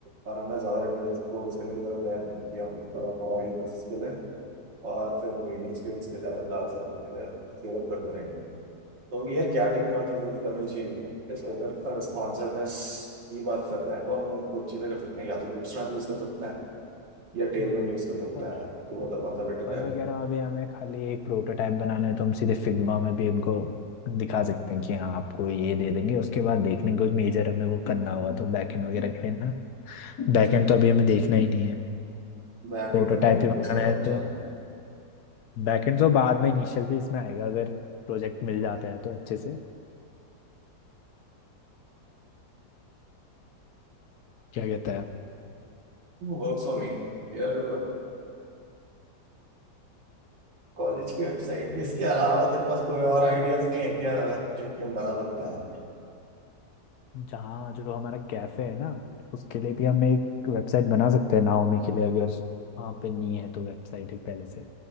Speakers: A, on the right (about 85°); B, on the left (about 70°).
A: और हमें ज़्यादा डिवाइस फोकस करने की जरूरत है नहीं कि हम मोबाइल
B: हाँ,
A: यूज के लिए और फिर मीडियम स्क्रीन के लिए लार्ज स्क्रीन के लिए स्केल अप करते रहेंगे तो यार क्या टेक्नोलॉजी यूज करनी चाहिए जैसे अगर रिस्पॉन्सिवनेस की बात करते हैं तो हम कुछ चीज़ें कर सकते हैं या तो बूटस्ट्रैप यूज कर सकते हैं या टेलविंड
B: हम्म
A: यूज कर सकता
B: पर
A: है तो वो तो कौन सा बेटर रहेगा
B: पर मैं कह रहा हूँ अभी हमें खाली एक प्रोटोटाइप बनाना है तो हम सीधे फिग्मा में भी उनको दिखा सकते हैं कि हाँ आपको ये दे देंगे उसके बाद देख लेंगे कुछ मेजर हमें वो करना हुआ तो बैकएंड वगैरह के लिए ना बैकएंड
A: सही
B: तो अभी हमें देखना ही नहीं है
A: बैक
B: प्रोटोटाइप
A: एंड का टाइम उसका
B: ही बनाना है
A: चाहता
B: तो
A: हूँ
B: बैकएंड तो बाद में इनिशियल फेज में आएगा अगर प्रोजेक्ट मिल जाता है तो अच्छे से क्या कहता है
A: Work for me यार कॉलेज की वेबसाइट इसके अलावा तेरे पास कोई और आइडियाज भी हैं क्या जो कि हम बना सकते हैं
B: जहाँ जो हमारा कैफे है ना उसके लिए भी हम एक वेबसाइट बना सकते हैं नाओमी के लिए अगर वहाँ पे नहीं है तो वेबसाइट एक पहले से